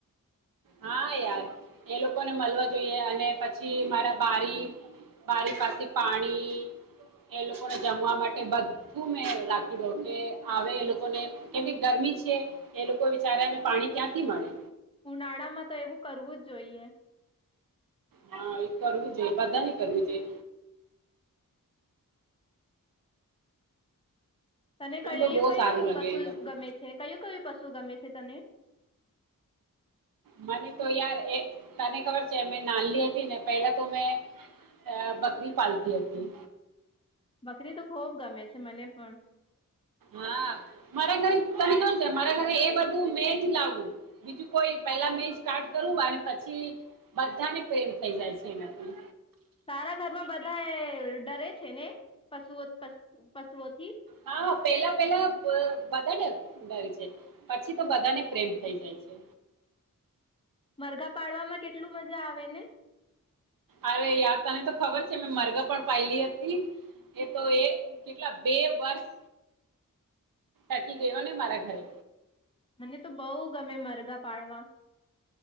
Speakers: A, on the right; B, on the left.
A: હા યાર એ લોકોને મલવા જોઈએ અને પછી મારા બારી બારી પાસે પાણી એ લોકોને જમવા માટે બધું મે રાખી દઉં કે આવે એ લોકોને કેવીક ગરમી છે એ લોકો વિચારે ને પાણી ક્યાંથી મળે
B: ઉનાળા માં તો એવું કરવું જ જોઈએ
A: હા એ કરવું જોઈએ બધાને કરવું જોઈએ
B: તને
A: મને
B: કયુ
A: તો બહુ
B: કયુ
A: સારું લાગે
B: પશુ
A: એ બધું
B: ગમે છે કયું કયું પશુ ગમે છે તને
A: મને તો યાર એ તને ખબર છે મેં નાનલી હતી ને પેલા તો મેં અ બકરી પાલતી હતી
B: બકરી તો ખોબ ગમે છે મને પણ
A: હા મારા ઘરે તને <unintelligible> છે મારા ઘરે એ બધું મે જ લાવું બીજું કોઈ પેલા મે સ્ટાર્ટ કરવું અને પછી બધાને પ્રેમ થઈ જાય છે એનાથી
B: સારા ઘરમાં બધા એ ડરે છે ને પશુઓ પશ પશુઓથી
A: હા પેલા પેલા બ બધાને ડરે છે પછી તો બધાને પ્રેમ થઈ જાય છે
B: મરઘા પાડવામાં કેટલું મજા આવેને
A: અરે યાર તને તો ખબર છે મેં મરગા પણ પાયલી હતી એ તો એ કેટલા બે વર્ષ થકી ગયો ને મારા ઘરે
B: મને તો બઉ ગમે મરગા પાડવા.